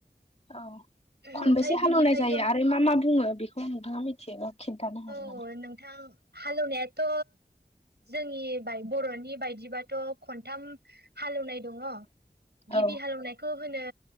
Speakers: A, on the left (about 35°); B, on the right (about 75°).
A: औ खनबेसे
B: ओमफ्राय
A: हालेवनाय
B: बिनिफ्रायथ'
A: जायो आरो मा मा बुङो बेखौ नोंथाङा मिथियोबा खिन्थानो हागोन
B: औ
A: नामा?
B: नोंथां हालेवनायाथ' जोंनि बाय बर'नि बायदिबाथ' खनथाम हालेवनाय दङ। गिबि
A: औ
B: हालेवनायखौ होनो